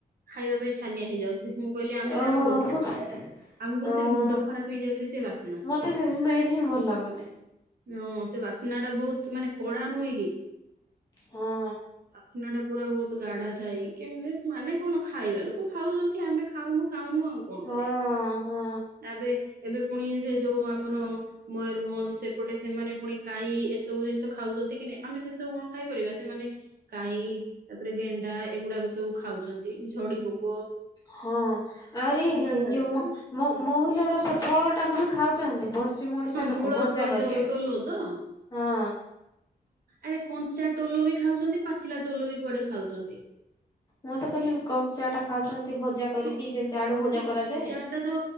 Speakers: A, on the right; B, on the left.
A: ଖାଇବା ପାଇଁ ଛାନିଆ ହେଇଯାଉଥିଲା। ମୁଁ କହିଲି ଆମେ
B: ଓହୋ।
A: ତାର ଓଲଟା ଆମକୁ
B: ହଁ
A: ସେ ମୁଣ୍ଡ ଖରାପ ହେଇଯାଉଛି ସେ ବାସ୍ନା
B: ମତେ ସେ ସ୍ମେଲ ହିଁ ଭଲ ଲାଗୁନି
A: ହ ସେ ବାସ୍ନା ଟା ବହୁତ ମାନେ କଡା ନୁହେଁ କି
B: ହଁ
A: ବାସନାଟା ପୁରା ବହୁତ ଗାଢା ଥାଏ କେମିତି ମାନେ କଣ? ଖାଇବା ଲୋକ ଖାଉଛନ୍ତି ଆମେ ଖାଉନୁ ଖାଉନୁଉ ଆଉ କଣ
B: ହଁ
A: କରିବା
B: ହଁ
A: ଏବେ। ଏବେ ପୁଣି ସେ ଯୋଉ ଆମର ମୟରଭଞ୍ଜ ସେପଟେ ସେମାନେ ପୁଣି କଈ ଏସବୁ ଜିନିଷ ଖାଉଛନ୍ତି କି ନା ଆମେ ସେ ସବୁ କଣ ଖାଇପାରିବା। ସେମାନେ କଈ ତାପରେ ଗେଣ୍ଡୁ ଏଗୁଡାକ ସବୁ ଖାଉଛନ୍ତି। ଝଡି ପୋକ
B: ହଁ ଆହୁରି
A: ଜାଗା
B: ଯୋଉ
A: ଜାଗା
B: ମହୁଲ୍ୟର ସେ ଫଳ ଟାକୁ ବି? ଖାଉଛନ୍ତି। ପଶ୍ଚିମ ଓଡିଶା
A: ହଁ
B: ଲୋକ
A: ମହୁଳର
B: ଭଜା
A: ଫଳ
B: କରିକି
A: ଯୋଉ ଟୋଲ ତ ହଁ
B: ହଁ
A: ଆରେ କଞ୍ଚା ଟୋଲ ବି ଖାଉଛନ୍ତି ପାଚିଲା ଟୋଲ ବି କୁଆଡେ ଖାଉଛନ୍ତି।
B: ମଁ ତ ଖାଲି କଞ୍ଚା ଟା ଖାଉଛନ୍ତି। ଭଜା କରିକି
A: ହ
B: ଯେମିତି ଆଳୁ ଭଜା
A: ହଁ
B: କରାଯାଏ
A: କଞ୍ଚା ଟା ତ